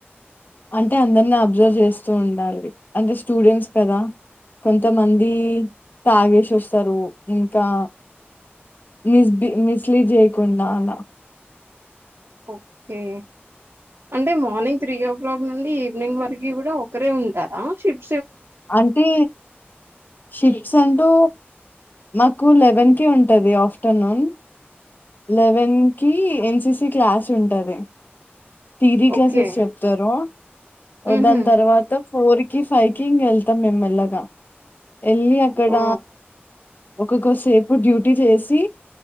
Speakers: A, on the left; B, on the right.
A: అంటే అందరిని అబ్జర్వ్ చేస్తూ ఉండాలి అంటే స్టూడెంట్స్ కదా కొంతమంది తాగేసి వస్తారు ఇంకా మిస్బి మిస్లీడ్ చేయకుండా అలా
B: ఓకే అంటే మార్నింగ్ త్రీ ఓ క్లాక్ నుండి ఈవినింగ్ వరకు కూడా ఒకరే ఉంటారా షిఫ్
A: అంటే షిఫ్ట్స్ అంటూ మాకు లెవెన్ కి ఉంటది ఆఫ్టర్నూన్ లెవెన్ కి ఎన్సిసి క్లాస్ ఉంటది థియరీ క్లాసెస్
B: ఓకే
A: చెప్తారు దాని
B: మ్హూ.
A: తర్వాత ఫోర్ కి ఫైవ్ కి కింగ్ వెళ్తాం మేమెల్లగా వెళ్ళి అక్కడ
B: ఓ
A: ఒక్కొక్కసేపు డ్యూటీ చేసి